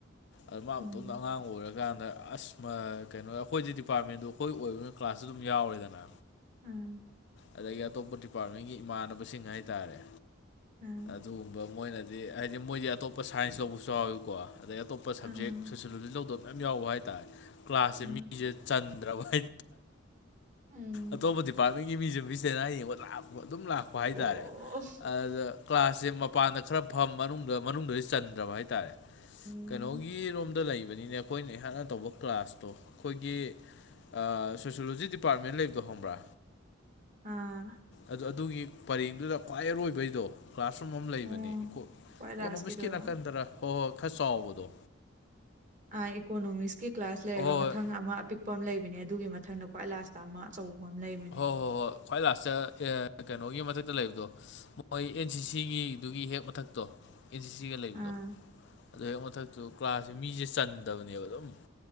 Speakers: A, on the left; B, on the right.
A: ꯑꯥ ꯃꯥ
B: ꯎꯝ
A: ꯃꯇꯣꯝꯗ ꯑꯉꯥꯡ ꯑꯣꯏꯔ ꯀꯥꯟꯗ ꯑꯁ ꯃꯥ ꯀꯩꯅꯣ ꯑꯩꯈꯣꯏꯗꯤ ꯗꯤꯄꯥꯔꯠꯃꯦꯟꯗꯣ ꯑꯩꯈꯣꯏ ꯑꯣꯏꯕꯅ ꯀ꯭ꯂꯥꯁꯇꯣ ꯑꯗꯨꯝ ꯌꯥꯎꯔꯦꯗꯅ
B: ꯎꯝ
A: ꯑꯗꯒꯤ ꯑꯇꯣꯞꯄ ꯗꯤꯄꯥꯔꯠꯃꯦꯟꯒꯤ ꯏꯃꯥꯟꯅꯕꯁꯤꯡ ꯍꯥꯏꯇꯥꯔꯦ
B: ꯑꯥ
A: ꯑꯗꯨꯒꯨꯝꯕ ꯃꯣꯏꯅꯗꯤ ꯍꯥꯏꯗꯤ ꯃꯣꯏꯗꯤ ꯑꯇꯣꯞꯄ ꯁꯥꯏꯟꯁ ꯂꯧꯕꯁꯨ ꯌꯥꯎꯏꯀꯣ ꯑꯗꯩ ꯑꯇꯣꯞꯄ ꯑꯇꯣꯞꯄ ꯁꯕꯖꯦꯛ
B: ꯑ
A: ꯁꯣꯁꯤꯌꯣꯂꯣꯖꯤ ꯂꯧꯗꯕ ꯃꯌꯥꯝ ꯌꯥꯎꯕ ꯍꯥꯏꯇꯥꯥꯔꯦ ꯀ꯭ꯂꯥꯁꯁꯦ
B: ꯑ
A: ꯃꯤꯁꯦ ꯆꯟꯗ꯭ꯔꯕ ꯍꯥꯏ
B: ꯎꯝ
A: ꯑꯇꯣꯞꯄ ꯗꯤꯄꯥꯔꯠꯃꯦꯟꯒꯤ ꯃꯤꯁꯨ ꯃꯤꯁ ꯁꯦꯂꯦꯅ ꯌꯦꯡꯕ ꯂꯥꯛꯄ ꯑꯗꯨꯝ ꯂꯥꯛ ꯂꯥꯛꯄ ꯍꯥꯢꯇꯥꯔꯦ
B: ꯑꯣ
A: ꯑꯗꯨꯗ ꯀ꯭ꯂꯥꯁꯁꯦ ꯃꯄꯥꯟꯗ ꯈꯔ ꯐꯝ ꯃꯅꯨꯡꯗ ꯃꯅꯨꯡꯗꯗꯤ ꯆꯟꯗ꯭ꯔꯕ ꯍꯥꯏꯇꯥꯔꯦ
B: ꯅꯪ
A: ꯀꯩꯅꯣꯒꯤ ꯔꯣꯝꯗ ꯂꯩꯕꯅꯤꯅꯦ ꯑꯩꯈꯣꯏꯅ ꯢꯍꯥꯟ ꯍꯥꯟꯅ ꯇꯧꯕ ꯀ꯭ꯂꯥꯁꯇꯣ ꯑꯩꯈꯣꯏꯒꯤ ꯑꯥ ꯁꯣꯁꯤꯌꯣꯂꯣꯖꯤ ꯗꯤꯄꯥꯔꯠꯃꯦꯟ ꯂꯩꯕꯗꯣ ꯈꯪꯕ꯭ꯔꯥ
B: ꯑꯥ
A: ꯑꯗꯨ ꯑꯗꯨꯒꯤ ꯄꯔꯦꯡꯗꯨꯗ ꯈ꯭ꯋꯥꯏ ꯑꯔꯣꯏꯕꯩꯗꯣ ꯀ꯭ꯂꯥꯁꯔꯨꯝ ꯑꯃ ꯂꯩꯕꯅꯦ
B: ꯎꯝ
A: ꯏꯀꯣ
B: ꯈ꯭ꯋꯥꯏ
A: ꯏꯀꯣꯅꯣꯃꯤꯛꯁꯀꯤ
B: ꯂꯥꯁꯀꯤꯗꯨꯔꯣ
A: ꯅꯥꯀꯟꯗꯔ ꯍꯣꯏ ꯍꯣꯏ ꯈꯔ ꯆꯥꯎꯕꯗꯣ
B: ꯑꯥ ꯏꯀꯣꯅꯣꯃꯤꯛꯁꯀꯤ ꯀ꯭ꯂꯥꯁ ꯂꯩꯔꯒ
A: ꯍꯣꯏ ꯍꯣꯏ
B: ꯃꯊꯪ ꯑꯃ ꯑꯄꯤꯛꯄ ꯑꯃ ꯂꯩꯕꯅꯦ ꯑꯗꯨꯒꯤ ꯃꯊꯪꯗ ꯀ꯭ꯋꯥꯏ ꯂꯥꯁ ꯂꯥꯁꯇ ꯑꯃ ꯑꯆꯧꯕ ꯑꯃ ꯂꯩꯕꯅꯦ
A: ꯍꯣꯏ ꯍꯣꯏ ꯍꯣꯏ ꯈ꯭ꯋꯥꯏ ꯂꯥꯁꯇ ꯑꯦ ꯀꯩꯅꯣꯒꯤ ꯃꯊꯛꯇ ꯂꯩꯕꯗꯣ ꯃꯣꯏ ꯑꯦꯟ ꯁꯤꯁꯤꯒꯤꯗꯨꯒꯤ ꯍꯦꯛ ꯃꯊꯛꯇꯣ ꯑꯦꯟ ꯁꯤꯁꯤꯒ ꯂꯩꯕꯗꯣ
B: ꯑꯥ
A: ꯑꯗꯨ ꯍꯦꯛ ꯃꯊꯛꯇꯨ ꯀ꯭ꯂꯥꯁꯁꯦ ꯃꯤꯁꯦ ꯆꯟꯗꯕꯅꯦꯕ ꯑꯗꯨꯝ